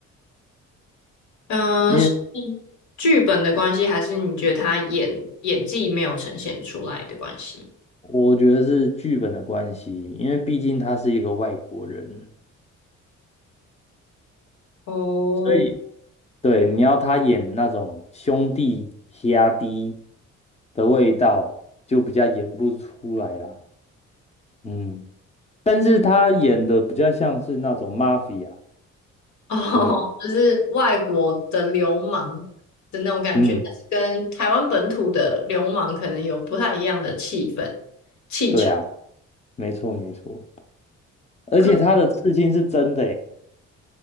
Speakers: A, on the left; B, on the left.
A: 嗯、
B: 因为
A: 是剧本的关系，还是你觉得他演演技没有呈现出来的关系？
B: 我觉得是剧本的关系，因为毕竟他是一个外国人。
A: 哦，
B: 所以。对，你要他演那种兄弟兄弟的味道，就比较演不出来啦。嗯，但是他演的比较像是那种 mafia。
A: <laughs> 哦，
B: 对，
A: 就是外国的流氓的那种感觉，
B: 嗯，
A: 但是跟台湾本土的流氓可能有不太一样的气氛气场。
B: 对啊，没错没错。而且他的刺青是真的诶，
A: 可